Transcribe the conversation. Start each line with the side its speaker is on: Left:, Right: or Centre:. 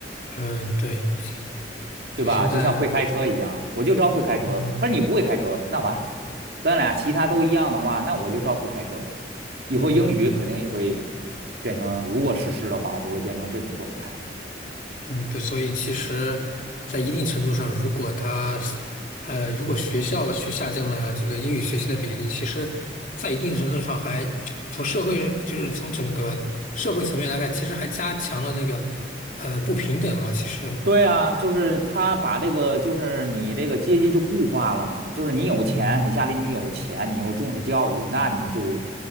Left: 嗯对对，
Right: 对吧？
Left: 现在
Right: 就像会开车一样，我就招会开车的。
Left: 嗯
Right: 可是你不会开车，那完，咱俩其他都一样的话，那我就招会开车的。以后英语肯定也会
Left: 嗯。
Right: 变成，如果实施的话，就会变成这种状态。
Left: 嗯，对，所以其实，在一定程度上，如果他，呃，如果学校去下降了这个英语学习的比例，其实，在一定程度上还从社会，就是从整个社会层面来看，其实还加强了那个，呃，不平等啊。其实，
Right: 对啊，就是他把这个，就是你这个阶级就固化了嘛，就是你有钱，
Left: 嗯
Right: 你家里你有钱，你又重视教育，那你就